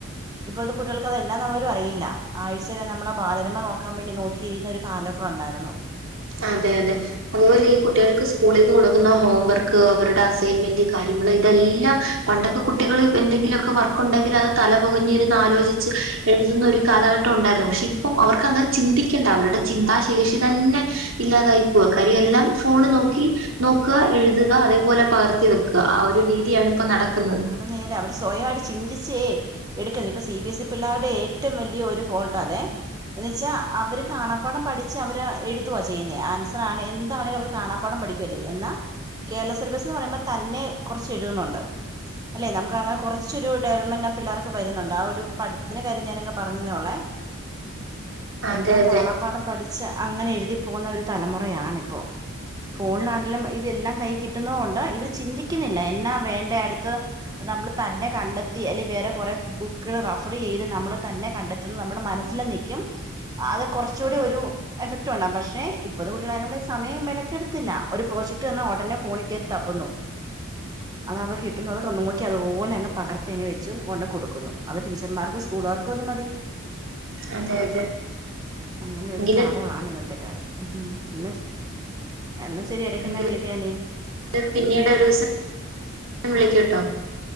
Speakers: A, on the right (about 20°); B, on the right (about 65°).
A: ഇപ്പോഴത്തെ കുട്ടികൾക്ക്ത് എന്നാന്ന് പോലും അറിയില്ല ആഴ്ചെല് നമ്മുടെ ബാലമ നോക്കാൻ വേണ്ടി നോക്കി കിഴിയുന്നൊരു കാലമൊക്കെ ഉണ്ടായിരുന്നു.
B: അതെ അതെ. അതുപോലെ ഈ കുട്ടികൾക്ക് സ്കൂളിൽ നിന്ന് കൊടുക്കുന്ന ഹോംവർക്ക് അവരുടെ അസൈൻമെന്റ് കാര്യങ്ങൾ ഇതെല്ലാം. പണ്ടൊക്കെ കുട്ടികൾ എന്തെങ്കിലുമൊക്കെ വർക്ക് ഉണ്ടെങ്കിൽ അത് തലപകഞ്ഞിരുന്ന് ആലോചിച്ച് എഴുതുന്നൊരു. കാലഘട്ടം ഉണ്ടായിരുന്നു പക്ഷെ ഇപ്പം അവർക്ക് അങ്ങനെ ചിന്തിക്കേണ്ട അവരുടെ ചിന്താശേഷി തന്നെ. ഇല്ലാതായി പോവ കാര്യ എല്ലാം ഫോണ് നോക്കി നോക്കുക എഴുതുക അതേപോലെ പകർത്തി വെക്കുക. ആഹ് ഒരു രീതിയാണ്
A: ആ
B: ഇപ്പോ നടക്കുന്നത്.
A: ആ അത് നേരെ അവർ സ്വയമായിട്ട് ചിന്തിച്ചേ. എടുക്കത് ഇപ്പൊ സി ബി എസ് ഇ പിള്ളേരുടെ ഏറ്റവും വലിയ ഒരു ഫോൾട്ട് അതെ. എന്ന വെച്ചാൽ അവര് കാണാടം പഠിച്ച് അവര് എഴുതുുകവാ ചെയ്യുന്നേ ആൻസർ ആണെ എന്താണെലും അവര് കാണാ പാഠം പഠിക്കുവല്ലേ എന്നാ കേരള സിലബസ്ന്ന് പറയുമ്പോ തന്നെ കുറച്ച് എഴുതുന്നുണ്ട്. അല്ലേ നമുക്കങ്ങനെ കുറച്ചൊരു ഡെവലപ്മെന്റ് ആഹ് പിള്ളേർക്ക് വരുന്നുണ്ട് ആഹ് ഒരു പഠത്തത്തിന് കാര്യം ഞാനങ്ങ് പറഞ്ഞതോള്ളേ.
B: അതെ
A: എല്ലാം
B: അതെ
A: കാണാപ്പാടം പഠിച്ച അങ്ങനെ എഴുതി പോകുന്ന ഒരു തലമുറയാണിപ്പോ. ഫോണിലാണെങ്കിലും ഇതെല്ലാം കൈ കിട്ടുന്ന കൊണ്ട് ഇവര് ചിന്തിക്കുന്നില്ല എന്നാ വേണ്ട അടുത്ത്. നമ്മൾ തന്നെ കണ്ടെത്തി അല്ലെങ്കിൽ വേറെ കുറെേ ബുക്കൾ റഫർ ചെയ്ത് നമ്മൾ തന്നെ കണ്ടെത്തി. ത്തുന്നത് നമ്മുടെ മനസ്സിലും നിക്കും അത് കുറച്ചുകൂടി ഒരു എഫക്റ്റ് ഉണ്ടാം പക്ഷെ ഇപ്പത്തെ കൂട്ടികളതിനുള്ള സമയം മിനക്കെടുത്തില്ല ഒരു പ്രോജക്ട് തന്ന് ഉടനെ ഫോണിൽ കയറി തപ്പുന്നു അത് അവ കിട്ടുന്നു അതൊക്കെ നോക്കി അതുപോലെ അങ് പകർത്തിയങ്ങ് വെച്ച് കൊണ്ട് കൊടുക്കുന്നു അത് ടീച്ചർമാർക്കും സ്കൂള്കാർക്കും അത് മതി
B: അതെ അതെ
A: അങ്ങനെ ഒരു
B: എങ്കില്
A: കാലമാണ് ഇന്നത്തെ കാലം ഉഹും എന്നാ എന്നാ ശരി ഇടയ്ക്ക്
B: എങ്കില്
A: എന്നാ വിളിക്കാനി
B: പിന്നീട് ഒരു ദിവസം വിളിക്ക ട്ടോ